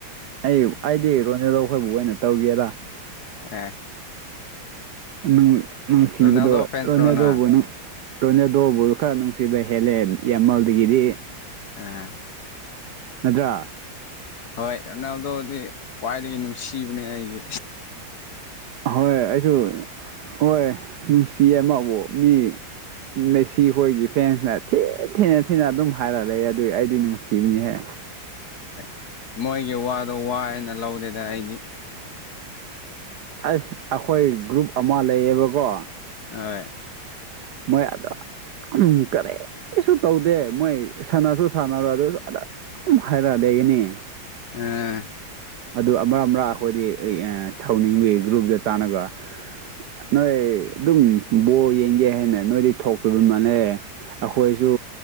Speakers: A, on the right (about 65°); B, on the left (about 55°).
A: ꯑꯩ ꯑꯩꯗꯤ ꯔꯣꯅꯦꯜꯂꯣ ꯈꯣꯏꯕꯨ ꯑꯣꯏꯅ ꯇꯧꯒꯦꯗ
B: ꯑ
A: ꯅꯨꯡ ꯅꯨꯡꯁꯤꯕꯗꯣ
B: ꯔꯣꯅꯥꯜꯗꯣ ꯐꯦꯟꯁꯔꯣ
A: ꯔꯣꯅꯦꯜꯗꯣꯕꯨ
B: ꯅꯪ
A: ꯅꯨꯡ ꯔꯣꯏꯅꯦꯜꯗꯣꯕꯨ ꯈꯔ ꯅꯨꯡꯁꯤꯕ ꯍꯦꯜꯂꯦ ꯌꯥꯝꯃꯜꯗꯒꯤꯗꯤ
B: ꯑꯥ
A: ꯅꯠꯇ꯭ꯔ
B: ꯍꯣꯏ ꯔꯣꯅꯥꯜꯗꯣꯗꯤ ꯈ꯭ꯋꯥꯏꯗꯒꯤ ꯅꯨꯡꯁꯤꯕꯅꯦ ꯑꯩꯒꯤ
A: ꯍꯣꯏ ꯑꯩꯁꯨ ꯍꯣꯏ ꯅꯨꯡꯁꯤꯑꯦ ꯃꯕꯨ ꯃꯤ ꯃꯦꯁꯤꯈꯣꯏꯒꯤ ꯐꯦꯟꯁꯅ ꯊꯤ ꯊꯤꯅ ꯊꯤꯅ ꯑꯗꯨꯝ ꯍꯥꯏꯔ ꯂꯩ ꯑꯗꯨ ꯑꯩꯗꯤ ꯅꯨꯡꯁꯤꯕꯅꯤꯍꯦ
B: <unintelligible> ꯃꯣꯏꯒꯤ ꯋꯥꯗꯣ ꯋꯥꯑꯦꯅ ꯂꯧꯗꯦꯗ ꯑꯩꯗꯤ
A: ꯑꯁ ꯑꯈꯣꯏ ꯒ꯭ꯔꯨꯞ ꯑꯃ ꯂꯩꯌꯦꯕꯀꯣ
B: ꯍꯣꯏ
A: ꯃꯣꯢ ꯑꯗ ꯎꯝ ꯀꯔꯤꯁꯨ ꯇꯧꯗꯦ ꯃꯣꯏ ꯁꯥꯟꯅꯁꯨ ꯁꯥꯟꯅꯔꯣꯏ ꯑꯗꯨꯁꯨ ꯑꯗ ꯎꯝ ꯍꯥꯏꯔꯛꯑ ꯂꯩꯒꯅꯤ
B: ꯑꯥ
A: ꯑꯗꯨ ꯑꯃꯥꯔ ꯑꯃꯥꯔ ꯑꯈꯣꯏꯗꯤ <unintelligible> ꯁꯥꯎꯅꯤꯡꯕꯩ ꯒ꯭ꯔꯨꯞꯇ ꯆꯥꯟꯅꯒ ꯅꯣꯏ ꯑꯗꯨꯝ ꯕꯣꯜ ꯌꯦꯡꯒꯦ ꯍꯥꯏꯅ ꯅꯣꯏꯗꯤ ꯊꯣꯛꯄꯤꯕ ꯃꯥꯟꯅꯦ ꯑꯈꯣꯏꯁꯨ